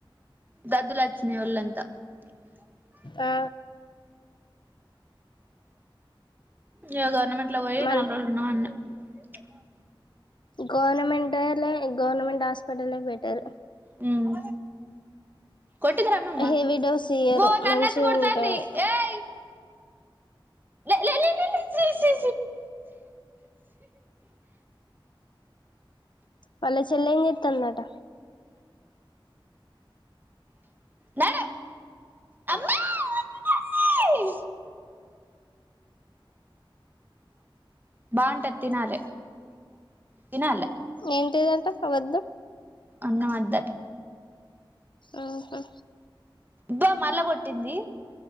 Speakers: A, on the right; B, on the left.
A: గద్దులు వచ్చినాయి ఒళ్ళంతా <unintelligible>
B: ఆ
A: గవర్నమెంట్ ఇట్ల పోయి
B: మళ్ళీ
A: నాలు రోజులు నున్న అన్న <unintelligible>
B: గవర్నమెంటో లే గవన్నమెంట్ హాస్పిటల్ యే బెటర్
A: హ్మ్మ్ కొట్టకు రమ్మన్న
B: హెవీ డోస్ ఇయ్యరు
A: ఓ నన్నచ్చ
B: మంచిగా
A: కొడుతంది
B: ఉంటాయి
A: ఏయ్ ఏ లే లే లే
B: వాళ్ళ చెల్ల ఏం చెత్తందట
A: నాడు అమ్మా వద్దు తల్లి బాగుంట తినాలే తినాలే
B: ఏంటిదంట వొద్దు
A: అన్నం వొద్దట
B: ఆహా
A: అబ్బా మల్ల కొట్టింది